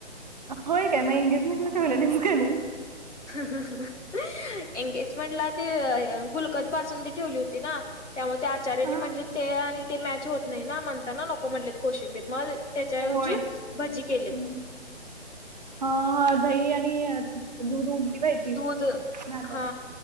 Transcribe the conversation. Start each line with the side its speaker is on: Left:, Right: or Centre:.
Right: होय काय मग, एंगेजमेंटला ठेवलेलीस काय नाही?
Left: ह..., एंगेजमेंटला ते गुलकंद बासुंदी ठेवली होती ना, त्यामुळ ते आचार्यांनी
Right: हा
Left: म्हणले ते आणि ते मॅच होत नाही ना, म्हणताना नको म्हणलेत कोशिंबीर मग त्याच्याऐवजी
Right: होय
Left: भजी केलेत.
Right: हम्म. हा हा, दही आणि दूध उलटी व्हायची.
Left: दूध
Right: नाहीतर
Left: हा